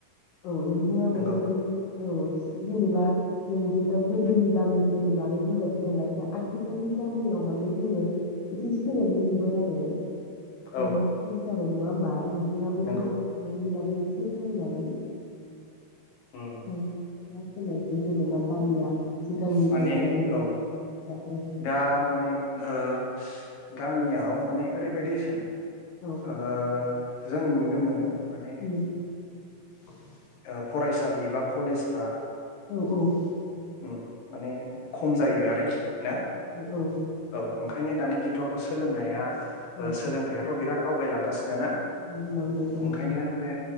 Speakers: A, on the left; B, on the left.
A: औ नों थाङा
B: नंगौ
A: माने बे औ जे जेनेबा जोंथ' दा गोदोनि गामिफोरनि बागै बुंगासै नालाय दा आथिखालनि गामियाव माने जोङो एसे सोलायनाय नुबाय आरो मोनसे
B: औ
A: जाबाय नङा होमबा नों थाङाबो
B: नंगौ
A: बे बेनि बागै बे एसे बुंजागोन
B: उम
A: ओ मा सोलायखो जेनेबा गामिया सिगांनिफ्राय
B: माने
A: लानानै
B: औ
A: दा औ
B: दा माने ओ गामियाव माने ओरैबायदि
A: औ
B: ओ जों नुनो मोनो माने
A: उम <inaudible>
B: ओ फरायसालि बा कलेजफ्रा
A: औ औ
B: ओ माने खम जायो आरोखि ना
A: औ
B: औ ओम ओंखायनो दानि खेथ्रआवथ' सोलोंनाया
A: औ
B: सोलोंथाइयाथ' बिराद आवगायलांगासिनो नो ना
A: होनलांदों ओं
B: ओंखायनो बे